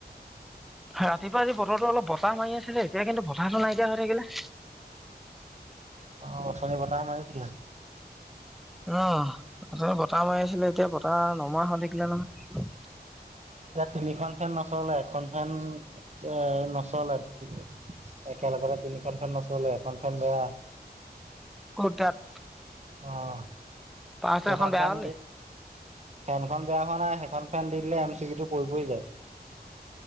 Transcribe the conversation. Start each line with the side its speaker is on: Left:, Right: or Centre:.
Centre: ৰাতিপুৱা আজি বতৰতো অলপ বতাহ মাৰি আছিলে এতিয়া কিন্তু বতাহটো নাইকিয়া হৈ থাকিলে
Right: অ, উঠনি বতাহ মাৰিছিলে
Centre: অ অথনি বতাহ মাৰি আছিলে এতিয়া বতাহ নমোৱা হৈ থাকিলে নহয়।
Right: ইয়াত তিনিখন ফেন নচলে এখন ফেন এ নচলে আৰু একেলগতে তিনিখন খন নচলে এখন ফেন বেয়া।
Centre: ক'ত তাত
Right: অ'।
Centre: পালচাৰখন
Right: সেইখন
Centre: বেয়া
Right: ফেন
Centre: হ'ল নি?
Right: ফেনখন বেয়া হোৱা নাই সেইখন ফেন দি দিলে এম চি বি টো পৰি পৰি যায়।